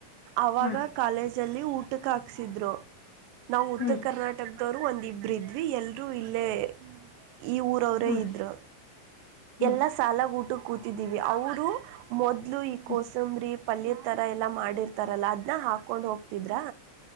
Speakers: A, on the right; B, on the left.
A: ಅವಾಗ
B: ಹಾ
A: ಕಾಲೇಜ್ ಲ್ಲಿ ಊಟ ಹಾಕ್ಸಿದ್ರು ನಾವು ಉತ್ತರ
B: ಹ್ಮ್
A: ಕರ್ನಾಟಕದವರು ಒಂದ್ ಇಬ್ರು ಇದ್ವಿ ಎಲ್ರು ಇ ಲೆ ಈ ಊರ ಅವರೇ
B: ಹ್ಮ್
A: ಇದ್ರು
B: ಹ್ಮ್
A: ಎಲ್ಲ ಸಾಲಗ್ ಊ ಕ್ಕೂ ಕೂತಿದ್ದೀವಿ ಅವರು ಮೊದ್ಲು ಈ
B: ಹ್ಮ್
A: ಕೋಸಂಬ್ರಿ ಪಲ್ಯಡ್ ತರ ಎಲ್ಲಾ ಮಾಡಿರ್ತಾರಲ್ಲ ಅದ್ನ್ನ ಹಾಕೊಂಡ್ ಹೋಗ್ತಿದ್ರಾ